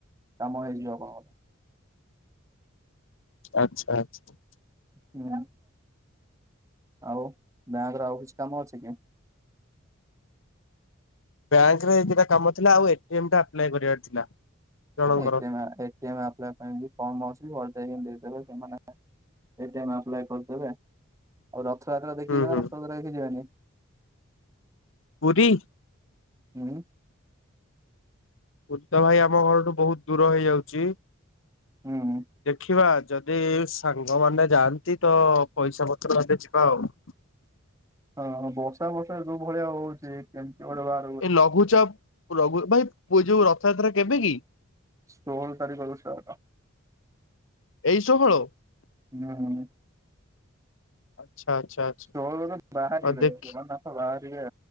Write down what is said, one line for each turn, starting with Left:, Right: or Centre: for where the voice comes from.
Right: କାମ ହେଇଯିବ ଆପଣଙ୍କ।
Left: ଆଚ୍ଛା ଆଚ୍ଛା
Right: ହୁଁ ଆଉ ବ୍ୟାଙ୍କ ର ଆଉ କିଛି କାମ ଅଛି କି?
Left: ବ୍ୟାଙ୍କରେ ଏ ଦି ଟା କାମ ଥିଲା ଆଉ ଏ ଟି ଏମ୍ ଟା ଆପ୍ଲାଏ କରିବାର ଥିଲା। ଜଣଙ୍କର
Right: ଏ T M A T M apply ପାଇଁ ବି ଫର୍ମ ଅଛି ଫର୍ମ ଅଛି ଫର୍ମ ଭରି ଦେଇଦେବେ ସେମାନେ ଏ ଟି ଏମ୍ ଆପ୍ଲାଏ କରିଦେବେ। ଆଉ ରଥଯାତ୍ରା ଦେଖି
Left: ହୁଁ
Right: ଯିବା ନା
Left: ହୁଁ
Right: ରଥଯାତ୍ରା ଦେଖି ଯିବାନି।
Left: ପୁରୀ
Right: ହୁଁ
Left: ପୁରୀ ତ ଭାଇ ଆମ ଘରଠୁ ବହୁତ ଦୂର ହେଇଯାଉଛି।
Right: ହୁଁ
Left: ଦେଖିବା ଯଦି ସାଙ୍ଗମାନେ ଯାଆନ୍ତି ତ ପଇସା ପତ୍ର ହେଲେ ଯିବା ଆଉ।
Right: ହଁ ବର୍ଷା ବର୍ଷା ଯୋଉ ଭଳିଆ ହଉଛି କେମିତି ବଡିବା।
Left: ଏ ଲଘୁଚାପ ଲଘୁ ଭାଇ ପୂ ଯୋଉ ରଥଯାତ୍ରା କେବେ କି?
Right: ସୋହଳ ତାରିଖରୁ ଷ୍ଟାର୍ଟ
Left: ଏଇ ଶୋହଳ
Right: ହୁଁ ହୁଁ
Left: ଆଚ୍ଛା ଆଚ୍ଛା। ଆଚ୍ଛା
Right: ଶୋହଳ ରୁ ବାହାରିବେ
Left: ଆଉ ଦେଖି
Right: ବାହାରିବେ